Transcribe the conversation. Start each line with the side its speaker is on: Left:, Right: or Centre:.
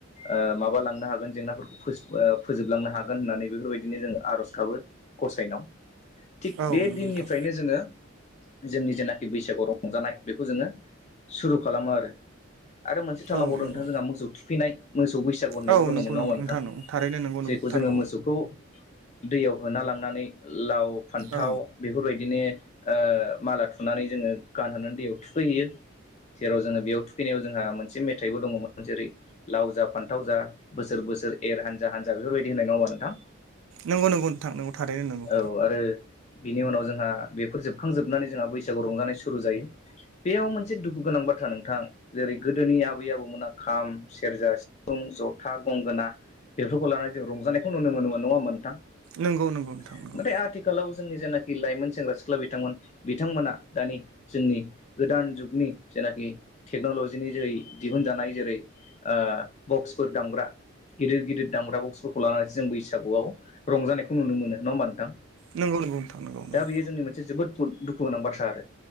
Left: ओ माबा लांनो हागोन जेंनाफोरखौ फोजोब ओ। फोजोबलांनो हागोन होननानै बेफोरबायदिनो जों आर'ज गाबो गसायनाव। थिग
Right: औ
Left: बे
Right: नंगौ
Left: दिननिफ्रायनो
Right: नोंथां
Left: जोङो। जोंनि जेनाखि बैसागुआव रंजानाय बेखौ जोङो सुरु खालामो आरो। आरो मोनसे थालां
Right: औ
Left: बावदों
Right: नंगौ
Left: नोंथां जोंहा मोसौ थुखैनाय मोसौ बैसो। बैसागु होननायबो
Right: औ
Left: दङमोन
Right: नंगौ
Left: नाङा
Right: नंगौ
Left: उमबा नोंथां
Right: नंगौ थारैनो नंगौ
Left: जायखौ
Right: नंथारगौ
Left: जोङो मोसौखौ। दैयाव होना लांनानै लाव फान्थाव
Right: औ
Left: बेफोरबायदिनो। ओ माला थुनानै जोङो गानहोनानै दैयाव थुखैहैयो जेराव जोङो बेयाव थुखयो। फैनायाव जोंहा मोनसे मेथाइबो दङमोन जेरै लाव जा फान्थाव जा बोसोर बोसोर एर हानजा हानजा। बेफोरबायदि होननाय नङा ओनबा नोंथां।
Right: नंगौ नंगौ नोंथां थारैनो नोंगौ।
Left: औ आरो बिनि उनाव जोंहा बेफोर जोबखांजोबनानै जोंहा बैसागु रंजानाय सुरु जायो बेयाव मोनसे दुखु गोनां बाथ्रा नोंथां जेरै गोदोनि आबै आबौमोना खाम सेरजा सिफुं जथा गंगोना बेफोरखौ लानानै जों रंजानायखौ नुनो मोनोन नङा होमा नोंथां नाथाय
Right: नंगौ नंगौ नोंथां नंगौ
Left: आथिखालाव जोंनि जेनाखि लाइमोन सेंग्रा सि सिख्ला बिथांमोन बिथांमोना दानि जोंनि गोदान जुगनि जेनाखि टेक्न'लजिनि जै दिहुनजानाय जेरै ओ बक्सफोर दामग्रा गिदिर गिदिर दामग्रा बक्सफोरखौ लानानैसो जों बैसागुआव रंजानायखौ नुनो मोनो नङा होमबा नोंथां
Right: नंगौ नंगौ नोंथां नंगौ नंगौ
Left: दा बेयो जोंनि मोनसे जोबोद। दुखु गोनां बाथ्रा आरो